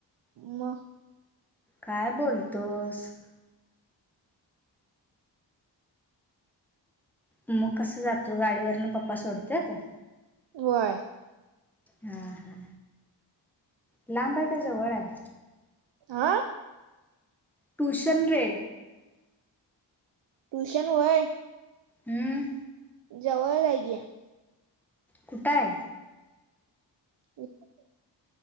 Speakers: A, on the right; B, in the centre.
A: मग
B: काय बोलतोस? मग कसं जातो गाडीवरन पप्पा सोडते का?
A: वय.
B: हा हा लांब आहे का जवळ आहे.
A: आह.
B: ट्यूशने
A: ट्यूशन वय
B: हम्म.
A: जवळ जाय गया
B: कुटय
A: इ